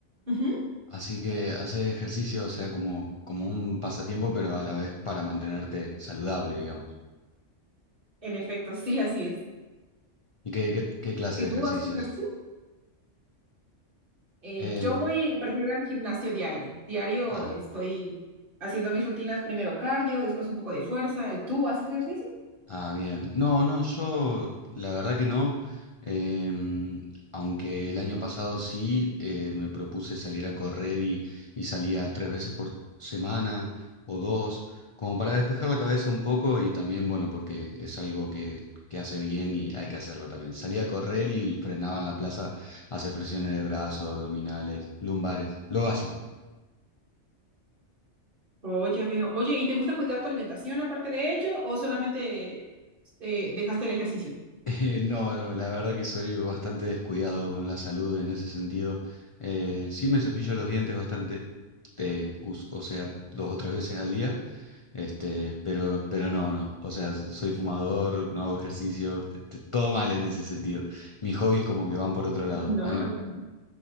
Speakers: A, on the right; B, on the left.
A: Ujú.
B: así que hacer ejercicio, o sea, como, como un pasatiempo, pero a la vez para mantenerte saludable, digamos.
A: En efecto, sí, así es.
B: ¿Y qué, qué, qué clase
A: ¿Y
B: de
A: tú
B: ejercicios?
A: haces ejercicio? Eh,
B: Eh,
A: yo voy, prefiero ir al gimnasio diario. Diario
B: ah.
A: estoy haciendo mis rutinas, primero cardio, después un poco de fuerza. ¿Tú haces ejercicio?
B: Ah, bien. No, no, yo la verdad que no. Em, aunque el año pasado sí eh, me propuse salir a correr y, y salía tres veces por semana o dos, como para despejar la cabeza un poco y también, bueno, porque es algo que, que hace bien y hay que hacerlo también. Salía a correr y frenaba en la plaza a hacer flexiones de brazos, abdominales, lumbares, lo básico.
A: Oh, ya veo. Oye, ¿y te gusta cuidar tu alimentación aparte de ello o solamente eh, dejaste el ejercicio?
B: Eh, no, no, la verdad que soy bastante descuidado con la salud en ese sentido. Eh, sí me cepillo los dientes bastante, eh, us- o sea, dos o tres veces al día, este, pero, pero no, no. O sea, soy fumador, no hago ejercicio, t- t- todo mal en ese sentido. Mis hobbies como que van por otro lado.
A: <laughs> No,
B: A mí
A: no, no.